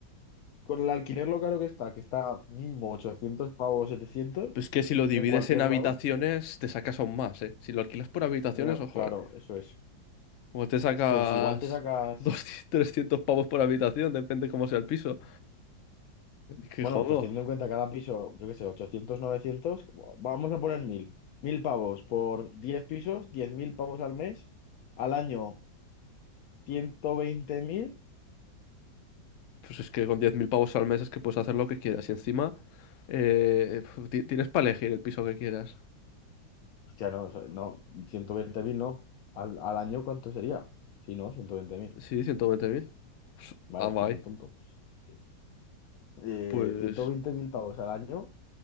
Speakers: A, on the left; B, on the left.
A: con el alquiler lo caro que está, que está mínimo 800 pavos, 700
B: Pues que si lo divides
A: en cualquier
B: en habitaciones,
A: lado,
B: te sacas aún más, ¿eh? Si lo alquilas por habitaciones,
A: eh,
B: ojo,
A: claro,
B: ¿eh?
A: eso es.
B: Igual te sacas
A: Pues igual te sacas,
B: 200, <laughs> 300 pavos por habitación, depende cómo sea el piso. que
A: bueno,
B: jodo.
A: pues teniendo en cuenta cada piso, yo qué sé, ochocientos novecientos como- vamos a poner mil mil pavos por 10 pisos, 10.000 pavos al mes, al año ciento veinte mil
B: Pues es que con 10.000 pavos al mes es que puedes hacer lo que quieras. Y encima eh, ti- tienes para elegir el piso que quieras.
A: hostia, no, o sea, no, 120.000 no, al, al año ¿cuánto sería? Sí, no, ciento veinte mil
B: Sí, 120.000. Pues,
A: vale,
B: ah, vai.
A: es que soy tonto. sí. eh,
B: Pues...
A: ciento veinte mil pavos al año